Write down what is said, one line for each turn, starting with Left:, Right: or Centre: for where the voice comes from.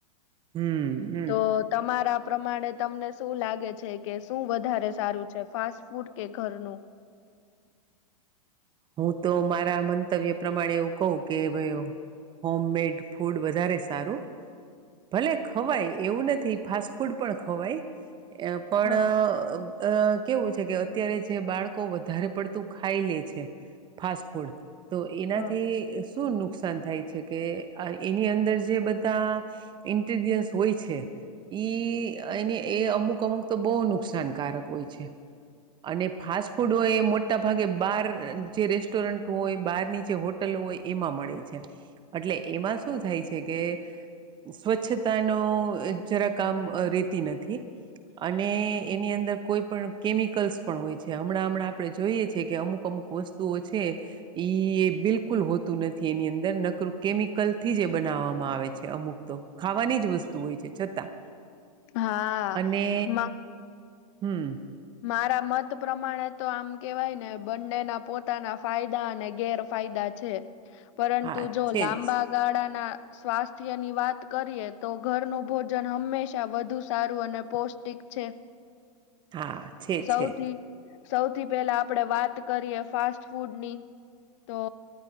Right: હમ હમ
Left: તો તમારા. પ્રમાણે તમને શું લાગે છે કે શું વધારે સારું છે. ફાસ્ટ ફૂડ કે ઘરનું.
Right: હું તો મારા મંતવ્ય પ્રમાણે એવું કહ કે ભાઈ. હોમ મેડ ફૂડ વધારે સારું. ભલે ખવાય એવું નથી ફાસ્ટ ફૂડ પણ ખવાય. પણ.
Left: હા
Right: અ કેવું છે કે અત્યારે જે બાળકો વધારે પડતું ખાઈ લે છે. ફાસ્ટ ફૂડ તો એનાથી.
Left: હા.
Right: શું નુકસાન થાય છે કે એની અંદર જે બધા ઈન. ગ્રેડિઅંટ્સ હોય છે ઇ. એની એ અમુક અમુક તો બહુ નુકસાનકારક હોય છે. અને ફાસ્ટ ફૂડ એ મોટા ભાગે બાર. જે રેસ્ટોરન્ટ હોય બહારની જે હોટલો હોય એમાં મળે છે. એટલે એમાં શું થાય છે કે કે સ્વચ્છતા નો અહ જરાક આમ અહ રેતી નથી. અને એની અંદર કોઈ પણ કેમિકલ્સ પણ હોય છે. હમણાં હમણાં આપણે જોઈએ છીએ કે અમુક અમુક વસ તુઓ છે. ઇ એ બિલકુલ હોતું નથી એની અંદર નકર કેમિકલ થી જ બનાવા માં આવે છે અમુક તો. ખાવાની જ વસ્તુ હોય છે છતાં
Left: હા
Right: અને
Left: મા
Right: હમ
Left: મારા મત પ્રમાણે તો આમ કેવાય ને બંનેના પોતાના ફાયદા અને ગેરફાયદા છે પરંતુ
Right: હા
Left: જો
Right: છે
Left: લાંબા
Right: જ
Left: ગાળાના સ્વાસ્થ્ય ની વાત કરીએે તો ઘર ન ભોજન હંમેશા શા વધુ સારું અને પૌષ્ટિક છે.
Right: હા છે
Left: સૌથી
Right: છે.
Left: સૌથી પહેલા આપડણે વાત કરીએ ફાસ્ટ ફૂડની. તો